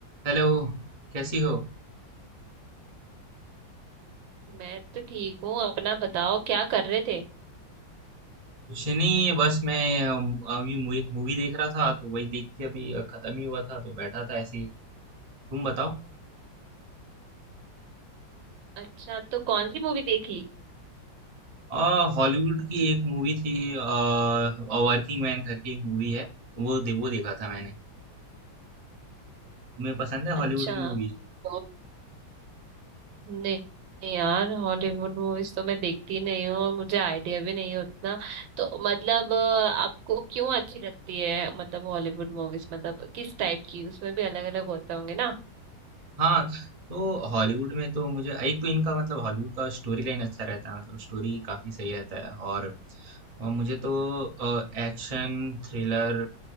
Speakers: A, on the right (about 65°); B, on the right (about 80°).
A: Hello कैसी हो
B: मैं तो ठीक हूँ अपना बताओ क्या कर रहे थे
A: कुछ नहीं बस मैं अम, अभी मु- एक मूवी देख रहा था तो वही देख के अभी अ, खत्म ही हुआ था तो बैठा था ऐसे ही तुम बताओ
B: अच्छा तो कौन सी मूवी देख ली
A: आ हॉलीवुड की एक मूवी थी वर्किंग मैन करके एक मूवी है वो दे, वो देखा था मैंने तुम्हें पसंद है
B: अच्छा
A: हॉलीवुड की मूवी
B: तो नहीं नहीं यार हॉलीवुड मूवीज तो मैं देखती नहीं हूँ और मुझे आइडिया भी नहीं है उतना तो मतलब अ, आपको क्यों अच्छी लगती है मतलब हॉलीवुड मूवीज मतलब किस टाइप की उसमें भी अलग अलग होते होंगे ना
A: हाँ, तो हॉलीवुड में तो मुझे एक तो इनका मतलब हॉलीवुड का स्टोरी लाइन अच्छा रहता है मतलब स्टोरी काफी सही रहता है और, और मुझे तो एक्शन थ्रिलर